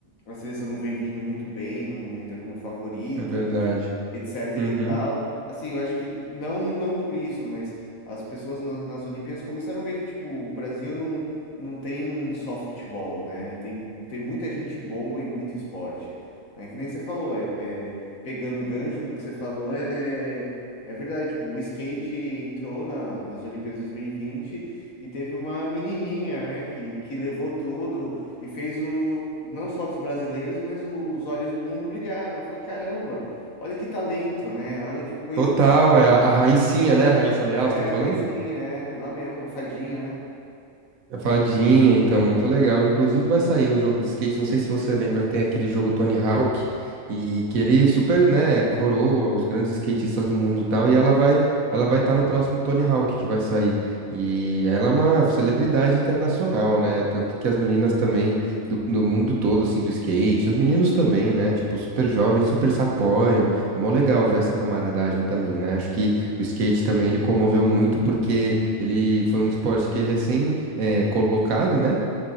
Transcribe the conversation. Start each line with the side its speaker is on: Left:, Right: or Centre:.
Left: a seleção não vem vindo muito bem, não entra como favorita
Right: É verdade.
Left: etc
Right: Uhum.
Left: e tal. Assim, eu acho que não não por isso, mas as pessoas na- nas Olimpíadas começaram a ver que, tipo, o Brasil não, não tem só futebol, né? Tem, tem muita gente boa e muito esporte, né? Que nem você falou, é, é- pegando gancho no que você falou, é, é, é verdade, tipo, o skate entrou na, nas Olimpíadas 2020 e vinte e teve uma menininha, né, que, que levou tudo e fez o, não só dos brasileiros, mas os olhos do mundo brilhar, né? Falou, caramba, Olha que talento, né? Olha que coisa
Right: Total,
Left: boa.
Right: é a, a Raicinha, né? A Raíssa Leal,
Left: É,
Right: você tá
Left: a
Right: falando?
Left: Raicinha, é, é lá mesmo, a fadinha, né?
Right: A Fadinha, então, muito legal. Inclusive vai sair um jogo de skate, não sei se você lembra, tem aquele jogo Tony Hawk, e que ele super, né, coroa os grandes skatistas do mundo e tal, e ela vai, ela vai estar no próximo Tony Hawk que vai sair. E ela é uma celebridade internacional, né? Tanto que as meninas também do, do mundo todo, assim, do skate, os meninos também, né? Tipo, super jovens, super se apoiam. É mó legal ver essa camaradagem também, né? Acho que o skate também ele comoveu muito porque ele foi um esporte que recém é, colocado, né,